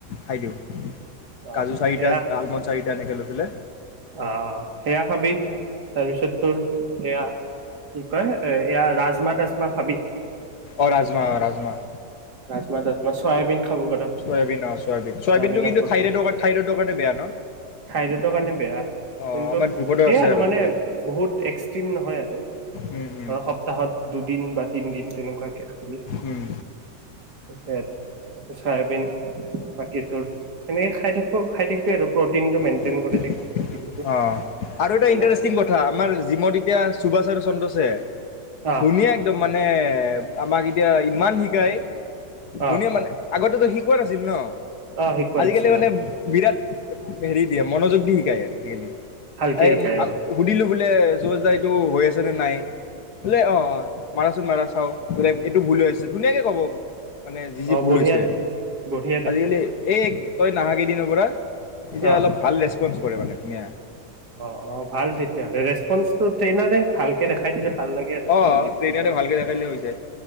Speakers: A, on the left; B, on the right.
A: খাই দিওঁ
B: অ
A: কাজু চাহিটা
B: সেয়া
A: আলমণ্ড চাহি তেনেকৈ লৈ পেলে
B: অ অ সেয়া খাবি তাৰপিছত তোৰ এয়া কি কয় এয়া ৰাজমাহ তাজমা খাবি
A: অ ৰাজমা ৰাজমা
B: ৰাজমা তাজমা চয়াবিন খাব পাৰ
A: চয়াবিন অ চয়াবিন চয়াবিনটো
B: চয়াবিনৰ
A: কিন্তু
B: প্ৰটিন
A: থাইৰইডৰ থাইৰইডৰ কাৰণে বেয়া ন
B: থাইৰয়ডৰ কাৰণে বেয়া
A: অ
B: কিন্তু
A: আমাৰ ধ্ৰুপদৰ
B: সেয়াই
A: আছে
B: আৰু মানে
A: থাইৰইড
B: বহুত এক্সট্ৰিম নহয় আৰু
A: উম উম
B: ধৰ সপ্তাহত দুদিন বা তিনদিন তেনেকুৱাকে খালি
A: উম
B: আ চাইাবিন বাকী তোৰ সেনেকে খাই থাকো খাই থাক আৰু প্ৰটিনটো
A: অ
B: কৰি থাক কিন্তু
A: আৰু এটা
B: এনাৰ্জি
A: ইণ্টাৰেষ্টিং কথা আমাৰ জিমত এতিয়া সুভাষ আৰু চন্দ্ৰ
B: অ
A: <inaudible> ধুনীয়া একদম মানে আমাক এতিয়া ইমান শিকায়
B: অ
A: ধুনীয়া মানে আগতেতো শিকোৱা নাছিল ন
B: অ শিকোৱা
A: আজিকালি
B: নাছিলো
A: মানে বিৰাট হেৰি দিয়ে মনোযোগ দি শিকায় আজিকালি
B: ভালকে
A: এই
B: শিকাই অ
A: সুধিলো বোলে য যাই টো হৈ আছে নে নাই অ অ মাৰাচোন মাৰা চাওঁ বোলে এইটো ভুল হৈ আছে ধুনীয়াকে ক'ব মানে যি যি
B: অ
A: ভুল
B: বঢ়িয়া
A: হৈছে
B: দেখোন বঢ়িয়া দেখোন
A: আজিকালি এই তই নাহাগ পৰা এতিয়া
B: অ
A: অলপ ৰেচপঞ্চ কৰে মানে ধুনীয়া
B: অ অ ভাল তেতিয়াহ'লে ৰেচপন্ঞ্চটো ট্ৰেইনাৰে ভালকে দেখাই দিলে ভাল লাগে আৰু তেতিয়া
A: অ
B: জিমটো
A: ট্ৰেইনতে
B: পাৰি
A: ভালকে থখিলে হৈ যায়